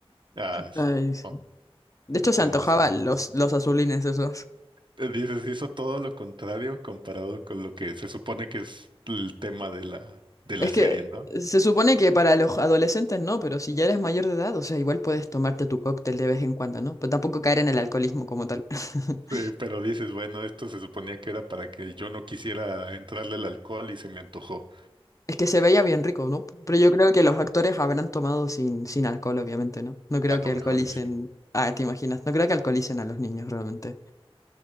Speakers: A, on the right; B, on the left.
A: ah, s-
B: Ay,
A: son,
B: de hecho, se
A: son
B: antojaban
A: las series.
B: los,
A: excelentes.
B: los azulines esos.
A: Eh, Dices, hizo todo lo contrario comparado con lo que se supone que es el tema de la, de
B: Es
A: la serie,
B: que
A: ¿no?
B: se supone que para los adolescentes no, pero si ya eres mayor de edad, o sea, igual puedes tomarte tu cóctel de vez en cuando, ¿no? Pero tampoco caer en el alcoholismo como tal. <laughs>
A: Sí, pero dices, bueno, esto se suponía que era para que yo no quisiera entrarle al alcohol y se me antojó.
B: Es que se veía bien rico, ¿no? Pero yo creo que los actores habrán tomado sin, sin alcohol, obviamente, ¿no? No creo
A: A
B: que
A: lo mejor
B: alcoholicen.
A: y sí.
B: Ah, te imaginas. No creo que alcoholicen a los niños realmente.